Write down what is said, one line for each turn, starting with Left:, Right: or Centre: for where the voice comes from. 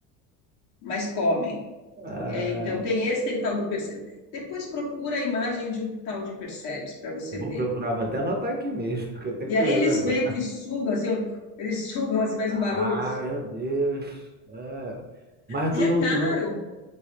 Left: mas comem.
Right: Ah,
Left: É, então, tem esse, tem o tal do Perseus. Depois procura a imagem de um tal de Perseus para você
Right: eu vou
Left: ver.
Right: procurar, vou até anotar aqui mesmo, <laughs> fiquei até
Left: E
Right: curioso
Left: aí eles
Right: agora.
Left: meio que sugam, assim, um, eles sugam, assim, faz
Right: Ah,
Left: um barulho.
Right: meu Deus. Ah, mas
Left: E
Right: tu
Left: é
Right: não,
Left: caro.
Right: tu não,